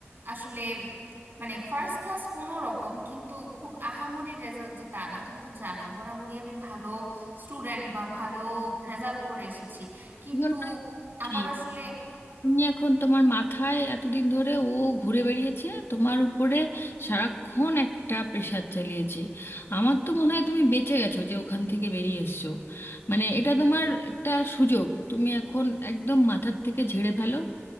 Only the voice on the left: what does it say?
জন্যই বলছি,
তুমি এখন তোমার মাথায় এতদিন ধরে ও ঘুরে বেরিয়েছে তোমার উপরে সারাক্ষণ একটা প্রেশার চালিয়েছে আমার তো মনে হয় তুমি বেঁচে গেছো যে ওখান থেকে বেরিয়ে এসছো মানে এটা তোমার একটা সুযোগ তুমি এখন একদম মাথার থেকে ঝেড়ে ফেলো